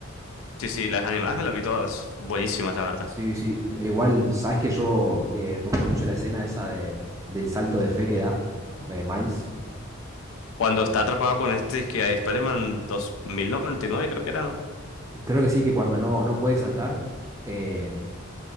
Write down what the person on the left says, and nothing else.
Sí, sí, las animadas me las vi todas. Buenísimas, la verdad.
Cuando está atrapado con este, que hay Spider-Man 2099, creo que era. ¿no?